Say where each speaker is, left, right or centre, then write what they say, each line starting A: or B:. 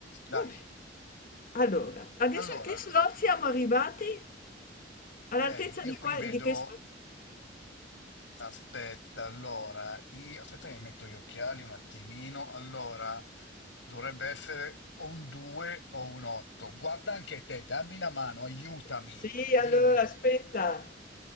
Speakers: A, on the left (about 80°); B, on the left (about 50°).
A: Dai,
B: Vabbè. Allora, adesso
A: allora,
B: a che slot siamo arrivati? All'altezza
A: eh,
B: di,
A: io
B: qua,
A: qui vedo.
B: di che slot?
A: Aspetta, allora, io... aspetta che mi metto gli occhiali un attimino. Allora, dovrebbe essere o un 2 o un 8. Guarda anche te, dammi una mano, aiutami,
B: Sì,
A: dimmi.
B: allora aspetta,